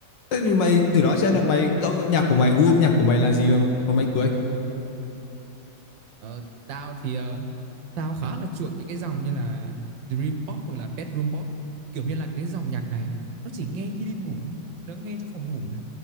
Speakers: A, on the left; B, on the right.
A: thế thì mày từ đó xem là mày gu âm nhạc của mày, gu âm nhạc của mày là gì mà, mà mày cười?
B: Ờ, tao thì ờ, tao khá là chuộng những cái dòng như là Dream Pop hoặc là Bedroom Pop kiểu như là cái dòng nhạc này á, nó chỉ nghe khi đi ngủ thôi nó nghe trong phòng ngủ này